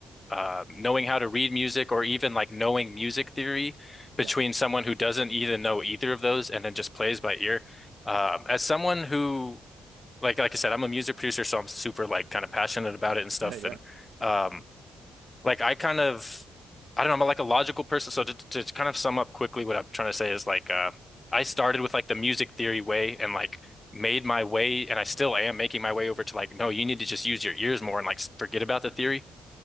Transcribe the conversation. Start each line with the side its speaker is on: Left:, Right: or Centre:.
Left: uh, knowing how to read music or even like knowing music theory between
Right: Yeah,
Left: someone who doesn't even know either of those and then just plays by ear. Um, as someone who like like I said, I'm a music producer, so I'm super like kind of passionate about it and stuff.
Right: yeah, yeah.
Left: And um, like I kind of, I don't know, I'm like a logical person. So to, to kind of sum up quickly, what I'm trying to say is like, uh, I started with like the music theory way and like made my way, and I still am making my way over to like, no, you need to just use your ears more and like forget about the theory.